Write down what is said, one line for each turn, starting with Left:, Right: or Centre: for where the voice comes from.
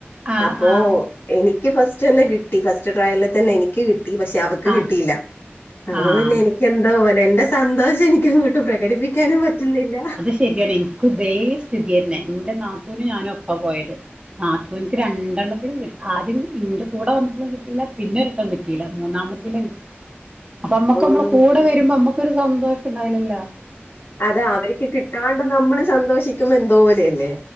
Right: ആഹ്
Left: അപ്പോ
Right: ആഹ്
Left: എനിക്ക് ഫസ്റ്റന്നെ കിട്ടി ഫസ്റ്റ് ട്രയലില് തന്നെ എനിക്ക് കിട്ടി പക്ഷെ അവക്ക്
Right: ആഹ്
Left: കിട്ടീല്ല അപ്പൊപിന്നെ
Right: ആഹ്
Left: എനിക്ക് എന്തോ പോലെ എന്റെ സന്തോഷം എനിക്കങ്ങോട്ട് പ്രകടിപ്പിക്കാനും പറ്റുന്നില്ല
Right: ശരിയാടീ എനിക്കു ഇതേ സ്ഥിതിയന്നെ എന്റെ നാത്തൂനും ഞാനും ഒപ്പാ പോയത് നാത്തൂന്ക്ക് രണ്ടെണ്ണത്തിലും കിട്ടി ആദ്യം ഇന്റെ കൂടെ വന്നപ്പളും കിട്ട ട്ടീല്ല പിന്നൊരൊട്ടം കിട്ടീല്ല മൂന്നാമത്തീല കിട്ടി അപ്പൊ അമ്മക്ക്
Left: ഉം
Right: നമ്മളെ കൂടെ വരുമ്പം അമ്മക്കൊരു സന്തോഷം ഇണ്ടാവില്ലല്ലോ
Left: അതാ അവര്ക്ക് കിട്ടാണ്ട് നമ്മള് സന്തോഷിക്കുബോ എന്തോ പോലെയല്ലേ